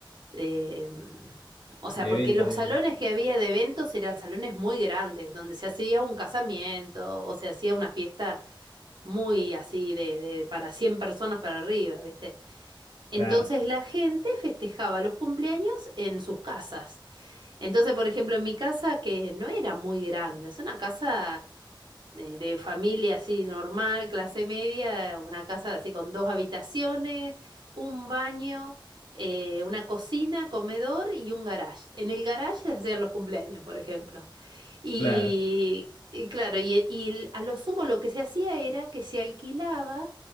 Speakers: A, on the right; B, on the left.
A: de, mm, o sea,
B: de
A: porque
B: evento,
A: los
B: digamos.
A: salones que había de eventos eran salones muy grandes, donde se hacía un casamiento o se hacía una fiesta muy así de, de para 100 personas para arriba, ¿viste? Entonces
B: Claro,
A: la gente festejaba los cumpleaños en sus casas. Entonces, por ejemplo, en mi casa, que no era muy grande, es una casa eh, de familia así normal, clase media, una casa así con dos habitaciones, un baño, eh, una cocina, comedor y un garage. En el garage se hacían los cumpleaños, por ejemplo. Y,
B: claro.
A: y claro, y, y a lo sumo lo que se hacía era que se alquilaba,